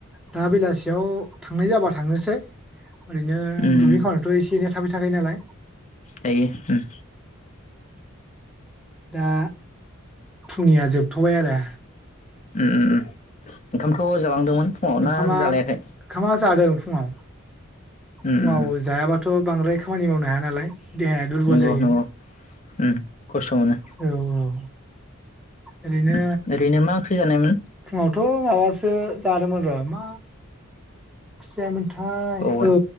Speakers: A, in the centre; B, on the left.
A: दा बेलासियाव थांनाय जाबा थांनोसै। ओरैनो
B: उम
A: दुब्लि खावनायथ' एसे एनै थाबाय थाखायो नालाय।
B: जायो उम।
A: दा फुंनिया जोबथ'बाय आरो।
B: अम उम उम ओंखामथ ' जालांदोंमोन। फुङाव
A: ओंखामा
B: ना जालायाखै
A: ओंखामा जादों फुङाव
B: उम
A: फुङाव
B: उम
A: जायाबा थ' बांद्राय खामानि मावनो हाया नालाय। देहाया दुरबल
B: नंगौ
A: जायो
B: नंगौ उम खस्थ' मोनो।
A: औ औ। ओरैनो
B: उम ओरैनो मा ओंख्रि जानायमोन?
A: फुङावथ' माबासो जादोंमोन र' मा ओंख्रि जायामोनथाय
B: बावबाय
A: औ